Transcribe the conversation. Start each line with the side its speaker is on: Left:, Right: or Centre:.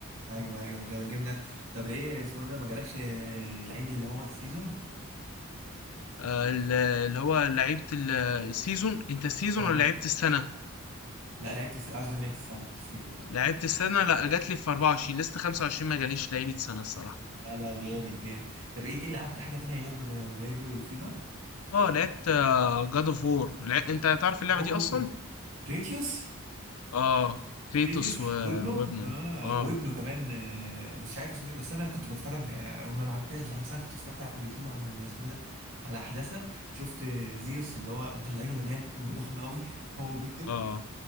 Right: ايوه ايوه جامد جامد أوي. طب ايه اسمه ده ما جالكش لعيب اللي هو السيزون
Left: آه، ال- اللي هو لعيبة ال- السيزون انت السيزون
Right: اه
Left: ولا لعيبة السنة؟
Right: لا لعبت الس- قصدي لعبت السنه مش السيزون لا
Left: لعيبة السنة لا جات لي في 24 لسه 25 ما جاليش لعيبة سنة الصراحة
Right: لا لا جامد جامد طب ايه لعبت حاجه تانية غير غير الفيفا
Left: اه لعبت جاد اوف وور انت تعرف اللعبة
Right: اوه
Left: دي اصلا؟
Right: كريتيوس
Left: اه فيتوس
Right: كريتيوس
Left: و...
Right: وابنه
Left: وابنه
Right: اه وابنه
Left: اه
Right: كمان آه، مش عارف اسمه ايه بس انا كنت بتفرج آه، وما لعبتهاش بصراحه بس انا كنت اتفرجت على اليوتيوب على ال- اسمه ده على احداثها شفت آه، زيوس اللي هو مطلعينه مليان وضخم قوي <laughs> هو وبنته
Left: اه